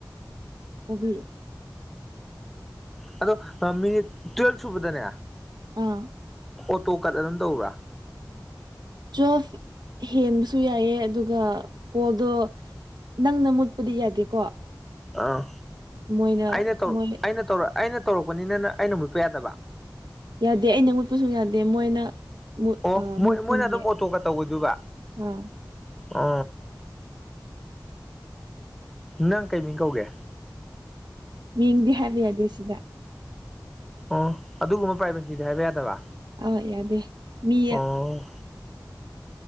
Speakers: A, on the right; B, in the centre.
A: ꯀꯣꯕꯤ
B: ꯑꯣ ꯑꯗꯣ ꯃꯤꯅꯤꯠ ꯇꯨꯋꯦꯜꯕ ꯁꯨꯕꯗꯅꯦ
A: ꯑꯥ
B: ꯑꯣꯇꯣ ꯀꯠ ꯑꯗꯨꯝ ꯇꯧꯕ꯭ꯔꯥ
A: ꯖꯁ ꯍꯦꯟꯕꯁꯨ ꯌꯥꯏꯌꯦ ꯑꯗꯨꯒ ꯀꯣꯜꯗꯣ ꯅꯪꯅ ꯃꯨꯠꯄꯗꯤ ꯌꯥꯗꯦꯀꯣ
B: ꯑꯥ
A: ꯃꯣꯏꯅ
B: ꯑꯩꯅ ꯇꯧ
A: ꯃꯣꯏ
B: ꯑꯩꯅ ꯇꯧ ꯑꯩꯅ ꯇꯧꯔꯛꯄꯅꯤꯅ ꯅꯪ ꯑꯩꯅ ꯃꯨꯠꯄ ꯌꯥꯗꯕ
A: ꯌꯥꯗꯦ ꯑꯩꯅ ꯃꯨꯠꯄꯁꯨ ꯌꯥꯗꯦ ꯃꯣꯏꯅ ꯃꯨꯠ
B: ꯑꯣ
A: ꯑ
B: ꯃꯣꯏ
A: ꯃꯨꯠꯀꯅꯤꯌꯦ
B: ꯃꯣꯏꯅ ꯑꯗꯨꯝ ꯑꯣꯇꯣꯒ ꯇꯧꯒꯗꯨꯕ
A: ꯑꯥ
B: ꯑ ꯅꯪ ꯀꯩꯃꯤꯡ ꯀꯧꯒꯦ
A: ꯃꯤꯡꯗꯤ ꯍꯥꯏꯕ ꯌꯥꯗꯦ ꯁꯤꯗ
B: ꯑꯣ ꯑꯗꯨꯒꯨꯝꯕ ꯄ꯭ꯔꯥꯏꯕꯦꯁꯤꯗꯣ ꯍꯥꯏꯕ ꯌꯥꯗꯕ
A: ꯑ ꯌꯥꯗꯦ ꯃꯤ
B: ꯑꯣ